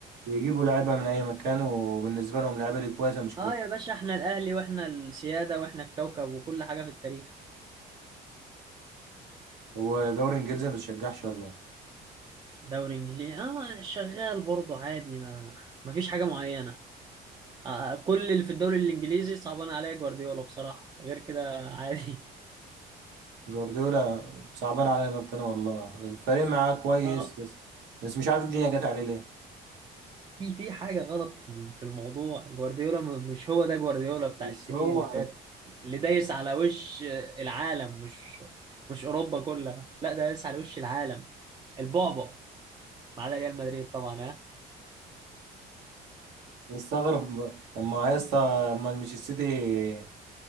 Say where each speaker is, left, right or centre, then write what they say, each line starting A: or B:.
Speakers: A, on the right; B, on the right.
A: ويجيبوا لعيبه من اي مكان وبالنسبه لهم اللعيبه دي كويسه مش كلام
B: اه يا باشا احنا الاهلي واحنا السيادة واحنا الكوكب وكل حاجة في التاريخ
A: هو دوري انجليزي ما بتشجعش ولا ايه
B: دوري انجليزي اه شغال برضه عادي ما ما فيش حاجة معينة آه كل اللي في الدوري الانجليزي صعبان عليا جوارديولا بصراحة غير كده عادي
A: جوارديولا صعبان عليا ربنا والله الفريق معاه كويس
B: اه
A: بس بس مش عارف الدنيا جت عليه ليه
B: في في حاجة غلط في ال- في الموضوع جوارديولا م- مش هو ده جوارديولا بتاع
A: مش
B: السنين
A: هو
B: اللي فاتت اللي دايس على وش العالم مش مش أوروبا كلها لا ده دايس على وش العالم البعبع ما عدا ريال مدريد طبعا ها
A: مستغرب بقى. طب ما يا اسطى امال مش السيتي